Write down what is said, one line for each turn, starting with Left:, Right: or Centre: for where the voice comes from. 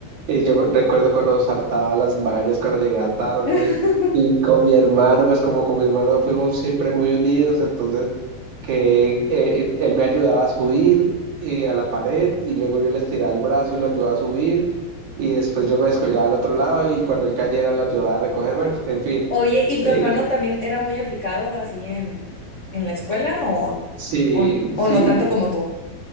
Right: eh, yo recuerdo cuando saltaba las vallas, cuando llegaba tarde,
Left: <laughs>
Right: y con mi hermano, pues como con mi hermano fuimos siempre muy unidos, entonces que eh, él me ayudaba a subir eh, a la pared y luego yo le estiraba el brazo y lo ayudaba a subir y después yo me descolgaba al otro lado y cuando él cayera lo ayudaba a recoger, bueno, en fin,
Left: Oye, ¿y tu
Right: eh,
Left: hermano también era muy aplicado así en, en la escuela o,
Right: sí,
Left: o, o
Right: sí,
Left: no tanto como tú?